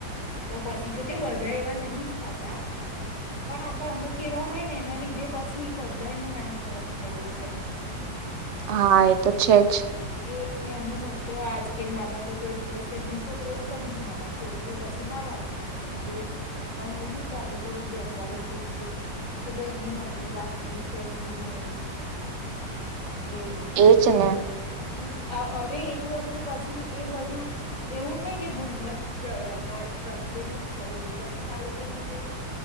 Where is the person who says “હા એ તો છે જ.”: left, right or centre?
Right